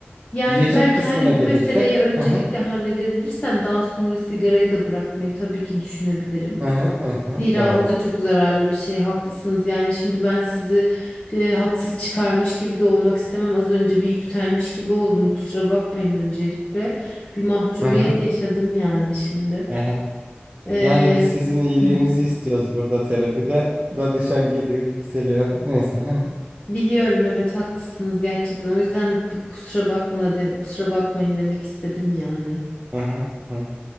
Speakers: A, on the left (about 30°); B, on the right (about 30°).
A: Yani
B: Yiyecek
A: belki
B: kısmına
A: hani bu
B: gelirsek,
A: meseleyi öncelikle
B: hı hı,
A: halledebilirsem daha sonra sigarayı da bırakmayı tabii ki düşünebilirim.
B: hı hı, hı hı,
A: Zira
B: evet.
A: o da çok zararlı bir şey. Haklısınız. Yani şimdi ben sizi e, haksız çıkarmış gibi de olmak istemem. Az önce bir yükselmiş gibi oldum. Kusura bakmayın öncelikle. Bir mahcubiyet
B: Hı hı,
A: yaşadım yani şimdi.
B: hı hı.
A: Ee,
B: Yani biz sizin iyiliğinizi
A: hı,
B: istiyoruz burada terapide. Danışan geliyor, yükseliyor. Neyse.
A: biliyorum evet haklısınız gerçekten. O yüzden bir kusura bakma da deme- kusura bakmayın demek istedim yani.
B: Hı hı, hı hı.